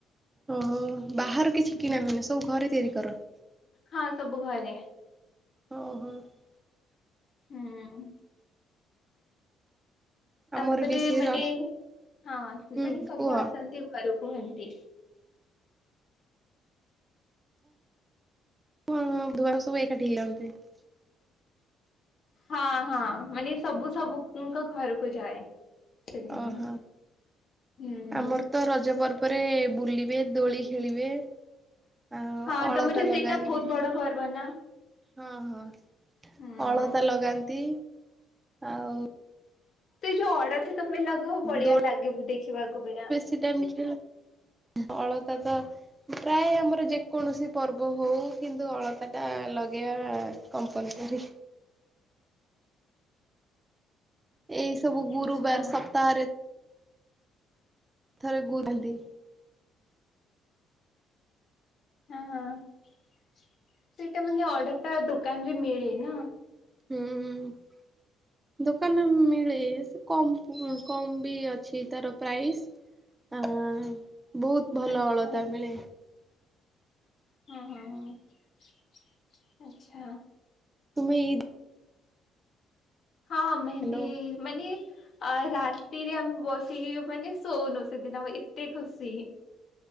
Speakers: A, on the right (about 20°); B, on the left (about 50°).
A: ଓହୋ ବାହାରୁ କିଛି
B: ହୁଁ।
A: କିଣା ହନି ସବୁ ଘରେ ତିଆରି କର?
B: ହଁ ସବୁ ଘରେ।
A: <unintelligible>
B: ହୁଁ। ତାପରେ
A: ଆମର ବି ସେ
B: ମାନେ
A: ର
B: ହଁ
A: ହୁଁ
B: ମାନେ ସବୁ
A: କୁହ
B: ଆସନ୍ତି ଘରକୁ ଏମତି।
A: ହୁଁ ଧୁଆ ସବୁ ଏକାଠି ହେଇ <unintelligible>
B: ହଁ ହଁ ମାନେ ସବୁ ସବୁଙ୍କ ଘରକୁ ଯାଏ। ସେଦିନ।
A: ଓହୋ
B: ହୁଁ
A: ଆମର ତ ରଜ ପର୍ବରେ ବୁଲିବେ ଦୋଳି ଖେଳିବେ। ଆ
B: ହଁ
A: ଅଳତା
B: ତମର
A: ଲଗାନ୍ତି।
B: ସେଇଟା <unintelligible> ନା
A: ହଁ ହଁ
B: ହୁଁ।
A: ଅଳତା ଲଗାନ୍ତି ଆଉ
B: ତ ଯୋଉ ଅଡଥ ତମେ ଲଗବ ବଢିଆ
A: ଦୋଳି
B: ଲାଗିବୁ ଦେଖିବାକୁ ପୁରା।
A: <unintelligible> ଅଳତା ତ ପ୍ରାୟ ଆମର ଯେକୌଣସି ପର୍ବ ହେଉ କିନ୍ତୁ ଅଳତା ଟା ଲଗେଇବା କମ୍ପଲସରି। ଏଇ ସବୁ
B: ଆଚ୍ଛା
A: ଗୁରୁବାର ସପ୍ତାହରେ <unintelligible>
B: ହଁ ହଁ ସେଇଟା ମାନେ ଅର୍ଡତା ଦୋକାନରେ ମିଳେ ନା।
A: ହୁଁ ହୁଁ ଦୋକାନରେ ମିଳେ ସେ କମ
B: ଆଛା
A: କମ୍ ବି ଅଛି ତାର ପ୍ରାଇସ୍ ଆଁ ବହୁତ ଭଲ
B: ଆଚ୍ଛା
A: ଅଳତା ଅଳତା ମିଳେ।
B: ହଁ ହଁ ହଁ ଆଚ୍ଛା।
A: ତୁମେ
B: ହଁ ମେହେନ୍ଦି
A: ହ୍ୟାଲୋ।
B: ମାନେ ଆ ରାତିରେ ଆମେ ବସିକି ମାନେ ଶଉନୁ ସେଦିନ ଏତେ ଖୁସି।